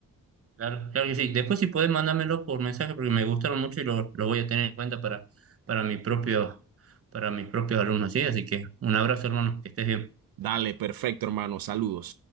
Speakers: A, on the right; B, on the right.
A: Claro, claro que sí. Después si podés mandármelo por mensaje porque me gustaron mucho y lo, lo voy a tener en cuenta para, para mi propio, para mis propios alumnos, ¿sí? Así que un abrazo, hermano, que estés bien.
B: Dale, perfecto, hermano. Saludos.